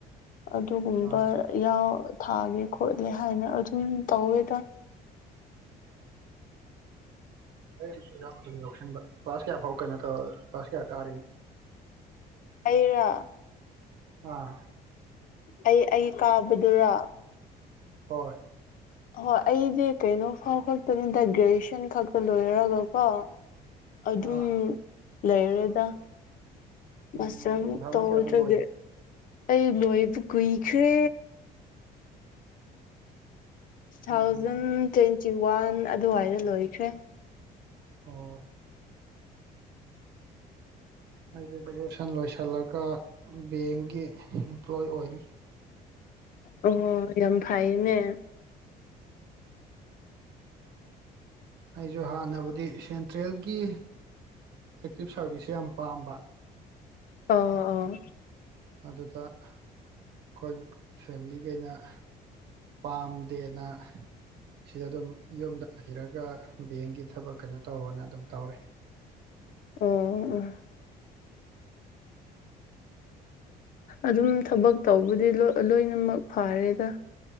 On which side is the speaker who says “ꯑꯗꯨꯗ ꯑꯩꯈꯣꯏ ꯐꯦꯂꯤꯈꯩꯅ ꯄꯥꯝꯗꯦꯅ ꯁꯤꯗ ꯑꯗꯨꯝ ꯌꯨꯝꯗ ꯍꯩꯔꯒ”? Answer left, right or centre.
Right